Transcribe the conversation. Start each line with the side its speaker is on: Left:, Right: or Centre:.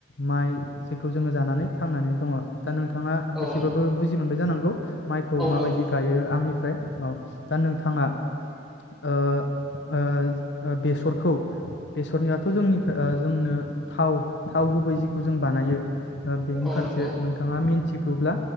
Left: माइ जे खौ जोङो जानानै थांनानै दङ। दा नोंथाङा
Centre: औ
Left: एसेबाबो बुजि मोनबाय जानांगौ माइखौ
Centre: औ
Left: माबायदि गायो आंनिफ्राय। औ दा नोंथाङा ओ ओ ओ बेसरखौ बेसरनियाथ' जोंनिफ्रा ओ जोंनो थाव थाव गुबै जिखौ जों बानायो ओ बेनि
Centre: नंगौ
Left: फारसे नों मिनथिगौब्ला